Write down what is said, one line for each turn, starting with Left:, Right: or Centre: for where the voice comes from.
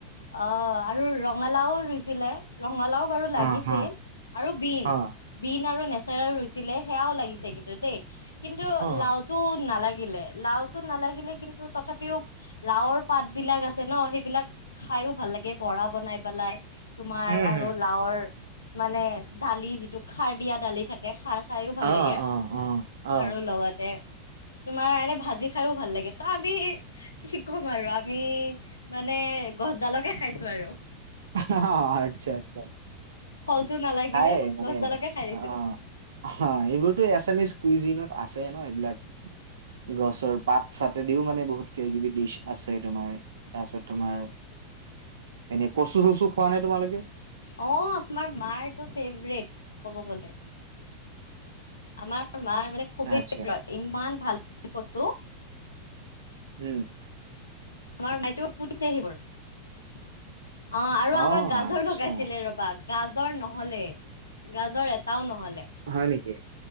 Left: অ আৰু ৰঙালাওও ৰুইছিলে। ৰঙালাও বাৰু
Right: অ
Left: লাগিছে
Right: হ
Left: আৰু বিন,
Right: অ
Left: বিন আৰু নেচ ৰুইছিলে সেয়াও লাগিছে কিন্তু দেই কিন্তু
Right: অ
Left: লাউ নালাগিলে লাওতো নালাগিলে কিন্তু তথাপিও লাওৰ পাত বিলাক আছে ন সেইবিলাক খাইও ভাল লাগে বৰা বনাই পেলাই। তোমাৰ
Right: উম,
Left: আৰু লাওৰ মানে দালি যিটো খাৰ দিয়া দালি থাকে খাৰ খাইও ভাল
Right: অ',
Left: লাগে
Right: অ', অ', অ',
Left: আৰু লগতে
Right: <inaudible>
Left: তোমাৰ এনে ভাজি খাইও ভাল লাগে ত আমি কি ক'ম আৰু আমি মানে গছডালকে খাইছো আৰু
Right: অহ আচ্ছা আচ্ছা
Left: ফলটো নালাগিলে
Right: খায় মানে
Left: গছডালকে খাই দিছিল
Right: অ', অ', এইবোৰ এছ এম ইছ কুইজিনত আছে ন এইবিলাক গছৰ পাত চাটদিও মানে বহুত কিবা কিবি ডিছ আছে তোমাৰ তাৰপিছত তোমাৰ এনেই কচু চচু খোৱা নাই তোমালোকে
Left: অ', আমাৰ মায়েটো ফেব্ৰেট ক'ব গ'লে আমাৰ মাৰ মানে খুবেই
Right: আচ্ছা,
Left: প্ৰিয় ইমান ভাল পায় কচু
Right: হম
Left: আমাৰ মাইতো পুতিছে সেইবোৰ- অ', আৰু
Right: অ',
Left: আমাৰ গাজৰ
Right: আচ্ছা,
Left: লগাইছিলে ৰবা গাজৰ নহ'লে গাজৰ এটাও নহ'লে
Right: হয় নেকি